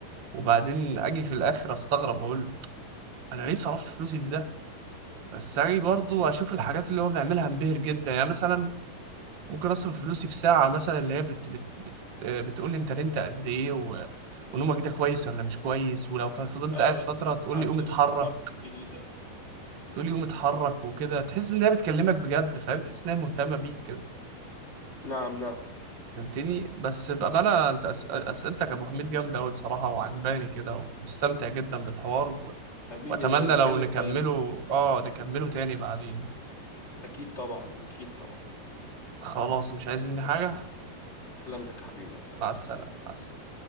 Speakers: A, on the right; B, on the left.
A: وبعدين اجي في الاخر استغرب اقول انا ليه صرفت فلوسي في ده بس اجي برضو اشوف الحاجات اللي هو بيعملها انبهر جدا يعني مثلا ممكن اصرف فلوسي في ساعه مثلا اللي هي بت بت بت آه، بتقول لي انت نمت قد ايه و... ونومك ده كويس ولا مش كويس ولو ف- فضلت
B: ايوه
A: قاعد فتره تقول
B: ساعات
A: لي قوم
B: السمارت
A: اتحرك
B: الجديدة
A: تقول لي قوم اتحرك وكده تحس ان هي بتكلمك بجد فاهم تحس ان هي مهتمه بيك كده
B: نعم نعم
A: فهمتني بس بامانه انت أس... اسئلتك يا ابو حميد جامده قوي بصراحه وعجباني كده ومستمتع جدا بالحوار
B: حبيبي
A: واتمنى
B: نبقى نتكلم
A: لو نكمله
B: دايما
A: اه نكمله تاني بعدين
B: اكيد طبعا اكيد طبعا
A: خلاص مش عايز مني حاجة
B: سلامتك يا حبيبي مع السلامة
A: مع السلامة مع السلامة